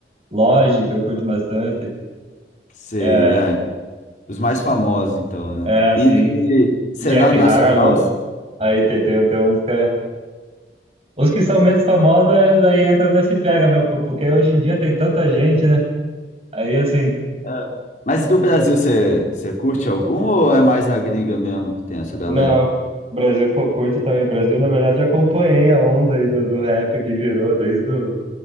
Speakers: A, on the right; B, on the left.
A: Lorde, que eu curto bastante.
B: Sei,
A: É,
B: é, os mais famosos, então,
A: é
B: né?
A: assim,
B: E, e cenário
A: Jack Harlow.
B: nacional,
A: Aí tem, tem, tem uns que. é- Os que são menos famosos, é, aí entram nesse pega, meu, po- porque hoje em dia tem tanta gente, né? Aí assim,
B: é, mas do Brasil, você, você curte algum ou é mais na gringa mesmo que tem essa galera?
A: não, Brasil, pô, curto também. Brasil, na verdade, acompanhei a onda aí do, do rap que virou desde o.